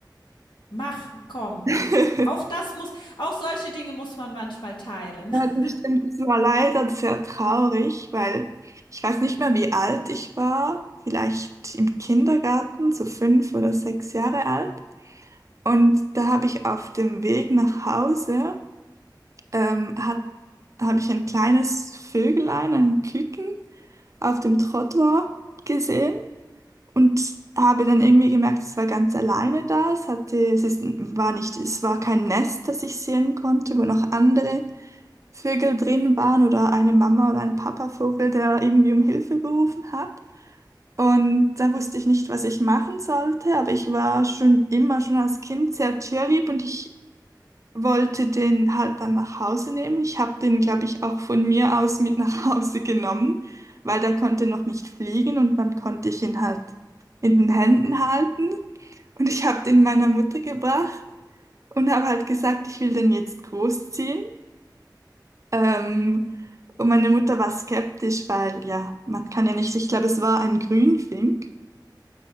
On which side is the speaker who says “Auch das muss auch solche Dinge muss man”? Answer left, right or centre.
Left